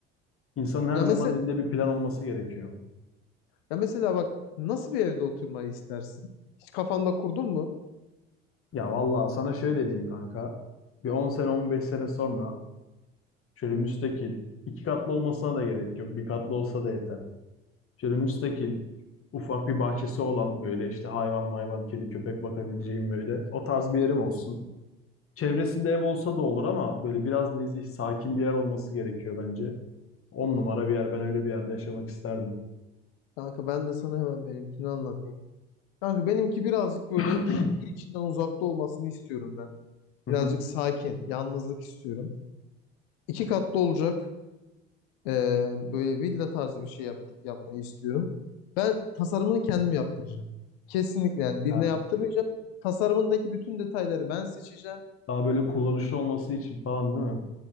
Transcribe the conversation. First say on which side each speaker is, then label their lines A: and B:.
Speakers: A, on the left; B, on the left.
A: insanın her
B: Ya
A: zaman
B: mesela
A: elinde bir plan olması gerekiyor.
B: Ya mesela bak nasıl bir evde oturmayı istersin? Hiç kafanda kurdun mu?
A: Ya vallahi sana şöyle diyeyim kanka. Bir 10 sene 15 sene sonra şöyle müstakil, iki katlı olmasına da gerek yok. Bir katlı olsa da yeter. Şöyle müstakil, ufak bir bahçesi olan böyle işte hayvan mayvan, kedi köpek bakabileceğim böyle. O tarz bir yerim olsun. Çevresinde ev olsa da olur ama böyle biraz nezih, sakin bir yer olması gerekiyor bence. 10 numara bir yer. Ben öyle bir yerde yaşamak isterdim.
B: Kanka ben de sana hemen benimkini anlatayım. Kanka benimki birazcık böyle
A: <clears throat> Hı
B: şehir içinden uzakta olmasını istiyorum ben.
A: hı.
B: Birazcık sakin, yalnızlık istiyorum. İki katlı olacak. Ee, böyle villa tarzı bir şey yap- yapmayı istiyorum. Ben tasarımını kendim yaptıracağım. Kesinlikle yani birine
A: Ha.
B: yaptırmayacağım. Tasarımındaki bütün detayları ben seçeceğim.
A: Daha böyle kullanışlı olması için falan değil mi?